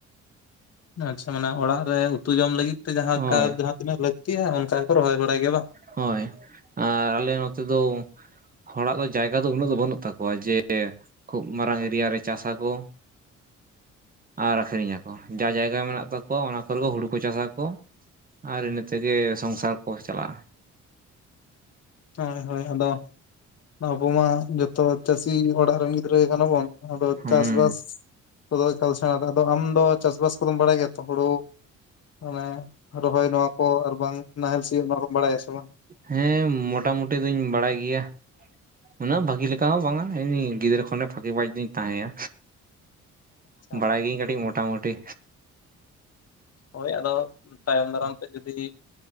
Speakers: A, on the left; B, on the right.
A: ᱟᱪᱷᱟ ᱢᱟᱱᱮ ᱚᱲᱟᱜ ᱨᱮ ᱩᱛᱩ ᱡᱚᱢ ᱞᱟᱹᱜᱤᱫ ᱛᱮ ᱡᱟᱦᱟᱸ
B: ᱦᱳᱭ
A: ᱠᱟ ᱡᱟᱦᱟᱸ ᱛᱤᱱᱟᱹᱜ ᱞᱟᱹᱠᱛᱤᱜ-ᱟ ᱚᱱᱠᱟ ᱜᱮᱠᱚ ᱨᱚᱦᱚᱭ ᱵᱟᱲᱟᱭ ᱜᱮᱭᱟ ᱵᱟᱝ
B: ᱦᱳᱭ ᱟᱨ ᱟᱞᱮ ᱱᱚᱛᱮ ᱫᱚ ᱦᱚᱲᱟᱜ ᱫᱚ ᱡᱟᱭᱜᱟ ᱫᱚ ᱩᱱᱟᱹᱜ ᱫᱚ ᱵᱟᱹᱱᱩᱜ ᱛᱟᱠᱚᱣᱟ ᱡᱮ ᱠᱷᱩᱵ ᱢᱟᱨᱟᱝ ᱮᱨᱤᱭᱟ ᱨᱮ ᱪᱟᱥᱟ ᱠᱚ ᱟᱨ ᱟᱠᱷᱨᱤᱧ ᱟᱠᱚ ᱡᱟ ᱡᱟᱭᱜᱟ ᱢᱮᱱᱟᱜ ᱛᱟᱠᱚᱣᱟ ᱚᱱᱟ ᱠᱚᱨᱮ ᱜᱮ ᱦᱩᱲᱩ ᱠᱚ ᱪᱟᱥᱟᱠᱚ᱾ ᱟᱨ ᱤᱱᱟᱹ ᱛᱮᱜᱮ ᱥᱚᱝᱥᱟᱨ ᱠᱚ ᱪᱟᱞᱟᱜᱼᱟ᱾
A: ᱦᱳᱭ ᱦᱳᱭ ᱟᱫᱚ ᱟᱵᱚ ᱢᱟ ᱡᱚᱛᱚ ᱪᱟᱹᱥᱤ ᱚᱲᱟᱜ ᱨᱮᱱ ᱜᱤ ᱫᱨᱟᱹ ᱠᱟᱱᱟ ᱵᱚᱱ ᱟᱫᱚ
B: ᱦᱩᱸ
A: ᱪᱟᱥᱵᱟᱥ ᱠᱚᱫᱚ ᱮᱠᱟᱞ ᱥᱮᱲᱟ ᱠᱟᱜ ᱟᱫᱚ ᱟᱢ ᱫᱚ ᱪᱟᱥ ᱵᱟᱟᱥ ᱠᱚᱫᱚᱢ ᱵᱟᱲᱟᱭ ᱜᱮᱛᱚ ᱦᱳᱲᱳ ᱢᱟᱱᱮ ᱨᱚᱦᱚᱭ ᱱᱚᱣᱟ ᱠᱚ ᱟᱨ ᱵᱟᱝ ᱱᱟᱦᱮᱞ ᱥᱤᱭᱳᱜ ᱱᱚᱣᱟ ᱠᱚᱢ ᱵᱟᱲᱟᱭᱟ ᱥᱮ ᱵᱟᱝ?
B: ᱦᱮᱸ ᱢᱚᱴᱟ ᱢᱩᱴᱤ ᱫᱚᱧ ᱵᱟᱲᱟᱭ ᱜᱮᱭᱟ᱾ ᱩᱱᱟᱹᱜ ᱵᱷᱟᱹᱜᱤ ᱞᱮᱠᱟ ᱦᱚᱸ ᱵᱟᱝᱟ ᱜᱤᱫᱽᱨᱟᱹ ᱠᱷᱚᱱ ᱵᱷᱟᱜᱤ ᱵᱟᱡ ᱫᱚᱧ ᱛᱟᱦᱮᱭᱟ᱾
A: ᱟᱪᱪᱷᱟ
B: ᱵᱟᱲᱟᱭ ᱜᱤᱭᱟᱹᱧ ᱠᱟᱹᱴᱤᱡ ᱢᱳᱴᱟᱢᱩᱴᱤ᱾
A: ᱦᱳᱭ ᱟᱫᱚ, ᱛᱟᱭᱚᱢ ᱫᱟᱨᱟᱢ ᱛᱮ ᱡᱩᱫᱤ,